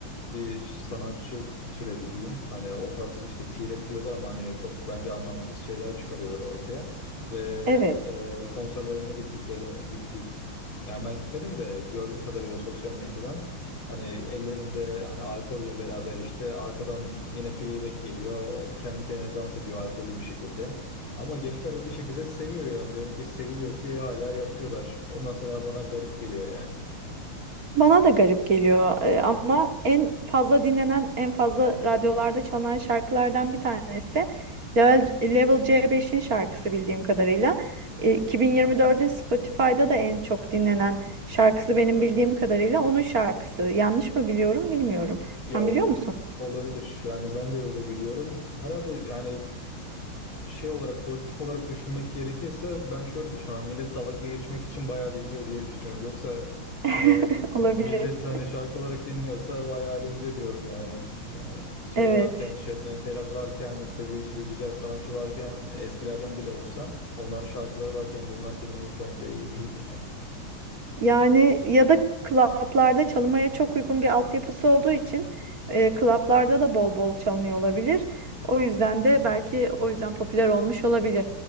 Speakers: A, on the left; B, on the right.
A: bir sanatçı türedi diyeyim. Hani o tarz işte T-rap diyorlar ama hani çok bence anlamsız şeyler çıkarıyorlar ortaya. Ve
B: Evet.
A: e, konserlerine gittikleri gittik. Yani ben gitmedim de gördüğüm kadarıyla sosyal medyadan hani ellerinde hani alkolle beraber işte arkadan yine playback geliyor. O kendi kendine dans ediyor alkollü bir şekilde. Ama gençler de bir şekilde seviyor yani. Demek ki seviliyor ki hala yapıyorlar. O mesela bana garip geliyor yani.
B: Bana da garip geliyor e, ama en fazla dinlenen, en fazla radyolarda çalınan şarkılardan bir tanesi de Level, Level C5'in şarkısı bildiğim kadarıyla. E, 2024'ün Spotify'da da en çok dinlenen şarkısı benim bildiğim kadarıyla onun şarkısı. Yanlış mı biliyorum bilmiyorum. Sen
A: Ya
B: biliyor
A: ol-
B: musun?
A: olabilir. Yani ben de öyle biliyorum. Herhalde yani şey olarak pozitif olarak düşünmek gerekirse ben şöyle düşünüyorum. Millet dalga geçmek için bayağı dinliyor diye düşünüyorum. Yoksa
B: <laughs>
A: hani
B: Olabilir.
A: millet hani şarkı olarak dinliyorsa vay halimize diyorum yani. Yani şey
B: Evet.
A: varken Şebnem Ferah varken işte bir sürü güzel sanatçı varken eskilerden bile olsa onların şarkıları varken bunları dinlemek bence iyi <laughs> değil yani.
B: Yani ya da klaplarda çalmaya çok uygun bir altyapısı olduğu için e, klaplarda da bol bol çalınıyor olabilir. O yüzden de belki o yüzden popüler olmuş olabilir.